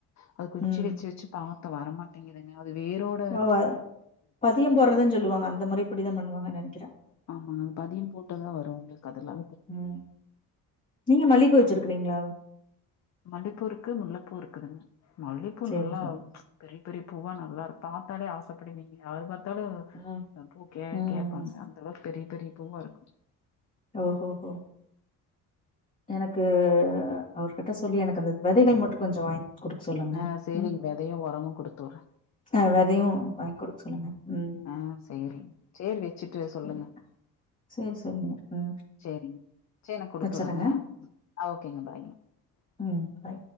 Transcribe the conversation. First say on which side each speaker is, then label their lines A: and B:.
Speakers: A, on the left; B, on the left.
A: அது குச்சி
B: ம்
A: வெச்சி வெச்சி பாத்த வரமாட்டேங்குதுங்க அது வேறோட
B: ஓ பதிய போடுறதுன் சொல்லுவாங்க அந்த முறை படிதா பண்ணுவாங்கன் நெனக்கிற
A: ஆமாங்க பதிய போட்டாதா வரு உங்களுக்கு அதெல்லா
B: ம் நீங்க மல்லிப்பூ வச்சிருக்றீங்ளா
A: மல்லிப்பூ இருக்கு முல்லப்பூ இருக்குதுங்க மல்லிப்பூ
B: சேரிங்க
A: நல்லா
B: சேரிங்க
A: பெரிய பெரிய பூவா நல்லா இரு பாத்தாலே ஆசப்படுவீங்க யாரு பாத்தாலு
B: ம்
A: எ பூ கே
B: ம்
A: கேப்பாங்க அந்த அளவுக்கு பெரிய பெரிய பூவா இருக்கு
B: ஓ ஹோ ஹோ எனக்கு அவர்கிட்ட சொல்லி எனக்கு அந்த வெதைகள் மட்டு கொஞ்சோ வாங்கி குடுக்க சொல்லுங்க
A: ஆ செரிங்க
B: ம்
A: வெதயு உரமு குடுத்து உட்ற
B: ஆ வெதயு வாங்கி குடுக்க சொல்லுங்க ம்
A: ஆ செரி சேரி வச்சிட்டு சொல்லுங்க
B: சேரி சேரி சரிங்க ம்
A: செரிங்க செரி நா குடுத்துறங்க
B: வச்சறேங்க
A: ஆ ஓகேங்க பாய்
B: ம் பாய்